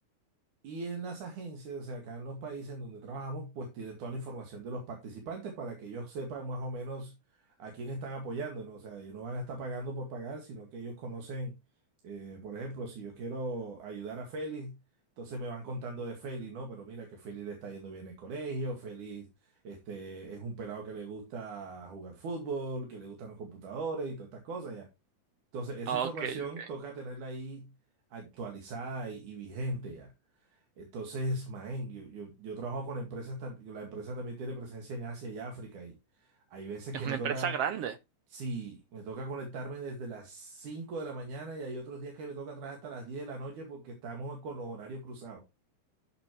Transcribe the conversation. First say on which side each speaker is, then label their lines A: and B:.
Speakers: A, on the right (about 85°); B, on the right (about 70°).
A: y en las agencias, o sea, acá en los países en donde trabajamos, pues tienen toda la información de los participantes para que ellos sepan más o menos a quién están apoyando, ¿no? O sea, ellos no van a estar pagando por pagar, sino que ellos conocen, eh, por ejemplo, si yo quiero ayudar a Félix, entonces me van contando de Félix, ¿no? Pero mira que Félix le está yendo bien en el colegio, Félix, este, es un pelado que le gusta jugar fútbol, que le gustan los computadores y todas estas cosas ya. Entonces, esa
B: Ah,
A: información
B: Ok, ok.
A: toca tenerla ahí actualizada y y vigente ya. Entonces, man, yo, yo, yo trabajo con empresas, tam- la empresa también tiene presencia en Asia y África y hay veces
B: Es
A: que me
B: una
A: toca,
B: empresa grande.
A: sí, me toca conectarme desde las 5 de la mañana y hay otros días que me toca atrás hasta las 10 de la noche porque estamos con los horarios cruzados.